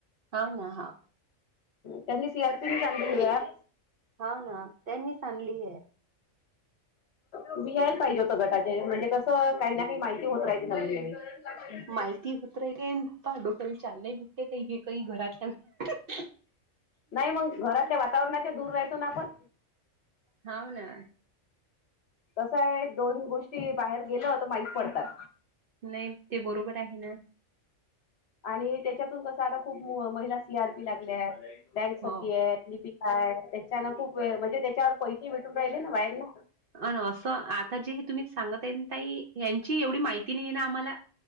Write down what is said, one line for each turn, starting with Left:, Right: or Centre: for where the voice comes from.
Right: हाव ना हा
Left: त्यांनी सी आर पी निच आणली ही ॲप.
Right: हा ना त्यांनी आणली ही.
Left: तुम्ही यायला पाहिजे होत गटाचे म्हणजे कसं, काही ना काही माहिती होत राहि <unintelligible>
Right: माहिती होत राहिते डोकयाला चाल नाहीय भेटले हे काही घरात.
Left: नाही मग घरातल्या वातावरणात दूर राहायचो ना आपण.
Right: हाव ना.
Left: कसं आहे दोन्ही गोष्टी बाहेर गेल तर माहीत पडतात.
Right: नाही ते बरोबर आहे ना.
Left: आणि त्यांच्यातून आता खूप महिला सी आर पी लागल्या आहेत, बँक
Right: हो
Left: सखी आहे, लिपिक काय त्याच्यान खूप वेळ म्हणजे त्याच्यावर पैसे भेटून राहिले ना बाहेरन.
Right: अ असं आता जे हे तुम्ही सांगत आहे ना ताई यांची एवढी माहिती नाही ना आम्हाला.